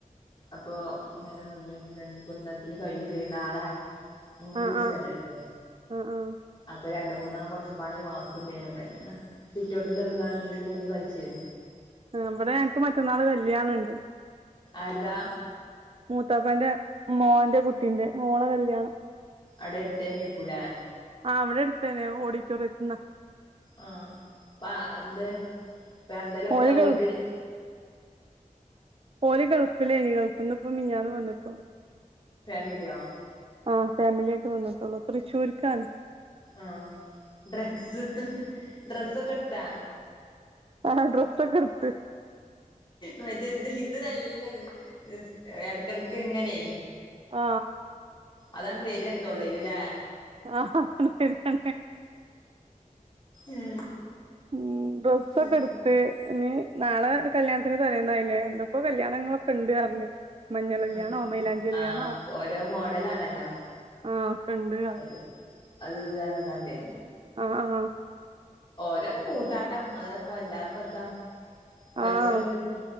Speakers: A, on the left; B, on the right.
A: അപ്പൊ ഇങ്ങനെ നിന്നിട്ട് ഇന്നത്തില്ൽ കഴിയുംചോയും നാളെ മൂന്ന്
B: ആഹ്
A: ദിവസല്ലേ അപ്പ
B: ആഹ് ആഹ്
A: അപ്പൊ രണ്ട് മൂന്നാ കൊറ ഉമ്മാന്റെ ബാക്കിണ്ടേയ്നു സിറ്റോ ഔട്ടില് വന്ന് ങ്ങട് ഇതില് തോണ്ടി കളിച്ചേനു.
B: അവിടെ ഞങ്ങക്ക് മറ്റന്നാള് കല്യാണംണ്ട്.
A: ആര്താ
B: മൂത്താപ്പന്റെ മോന്റെ കുട്ടീന്റെ മോളെ കല്യാണം
A: അടെട്ത്തെന്നേര്ക്കും ലേ
B: ആ ഇവടെ അട്ത്തെന്നെ ഓഡിറ്റോറിയത്ത്ന്ന
A: ആ പ ന്ത് പ്പന്തേലൊക്കെ
B: ഓല് ഗൾഫ്
A: വീട്ടിൽ
B: ഓര് ഗൾഫിലേനി ഗൾഫ്ന്ന്പ്പം മിഞ്ഞാന്ന് വന്ന്ട്ടൊള്ളു
A: ഫാമില്യോ
B: ആ ഫാമിലിയായിട്ട് വന്നിട്ടൊള്ളൂ തൃശൂര്ക്കാണ്
A: ആ ഡ്രെസ്സ് ഡ്രെസ്സൊക്ക്‌ട്ത്താ
B: ആ ഡ്രസ്സൊക്ക്‌ട്ത്ത്
A: മറ്റേ ത് ഇത് നല്ലൊര് ത് എടക്കെടക്കിങ്ങനേ
B: ആ
A: അതാണ്ട് വെരാണ് തൊള്ളേല് ലേ
B: ആഹ <unintelligible>
A: ഏ
B: ഉം ഡ്രസ്സൊക്കെ
A: ഏ
B: എടുത്ത് ഇനി നാളെ കല്യാണത്തിന്റെ തലേന്നായില്ലേ എന്തൊക്കോ കല്യാണങ്ങളൊക്കെണ്ട് പർഞ്ഞ് മഞ്ഞള് കല്യാണോ
A: ആഹ്
B: മൈലാഞ്ചി കല്യാണോ
A: ആഹ് ഇപ്പൊ ഓരോ മോഡലാണല്ലോ
B: ആ ഒക്കെണ്ട് ർ
A: അത് അത് ഇത് പർഞ്ക്കാണ്ടേ
B: ആആ
A: ഓരോരോ കൂത്താട്ടം അത്പ്പ അല്ലാപ്പെന്താ പൈസള്ളോര്
B: ആഹ്